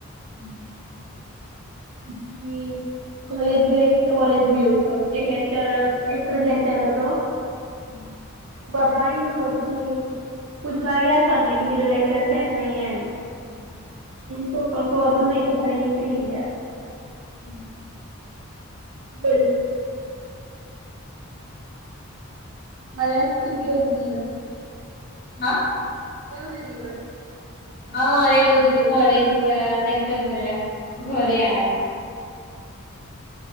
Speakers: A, on the left (about 45°); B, on the right (about 80°).
A: હમ.
B: પછી. કોલેજ ગઈ તો કોલેજ ભી એવું થયું એક લેક્ચર એક જ લેક્ચર હતો.
A: હમ.
B: તઈ ને પછી પૂછવા ગયા સરને કે બીજો લેક્ચર છે કે નહીં એમ.
A: હા
B: તો કરશો હત નહીિ તો ફરી નીકળી ગયા
A: હમ
B: બલ મારે સુું ક વધેિવય
A: હા
B: કેવ કરી હોત
A: હા મારે એવું જ હતું કોલેજ ગયા લેક્ચર ભર્યા ઘરે આ્યા